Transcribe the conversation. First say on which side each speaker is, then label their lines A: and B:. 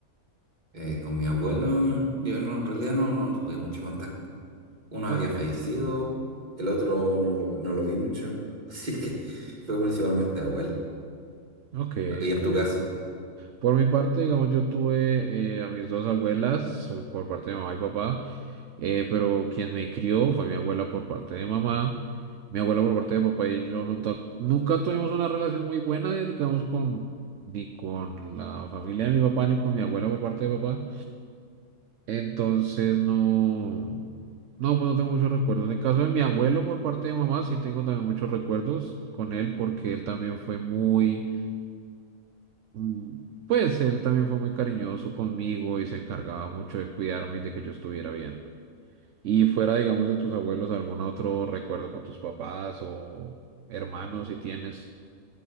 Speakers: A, on the right; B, on the right.
A: Eh, con mi abuelo, yo no- en realidad no, no tuve mucho contacto. Uno
B: Ok,
A: había fallecido, el otro no lo, no lo vi mucho. <laughs> Así que fue principalmente abuela.
B: ok,
A: No, Y
B: ok.
A: en tu caso.
B: Por mi parte, digamos, yo tuve eh, a mis dos abuelas o por parte de mamá y papá, eh, pero quien me crió fue mi abuela por parte de mamá, mi abuela por parte de papá y yo no tu- nunca tuvimos una relación muy buena, eh, digamos, con ni con la familia de mi papá ni con mi abuela por parte de papá. Entonces no, no, pues no tengo muchos recuerdos. En caso de mi abuelo por parte de mamá, sí tengo también muchos recuerdos con él porque él también fue muy Mm, Pues él también fue muy cariñoso conmigo y se encargaba mucho de cuidarme y de que yo estuviera bien. Y fuera, digamos, de tus abuelos, ¿algún otro recuerdo con tus papás o hermanos si tienes?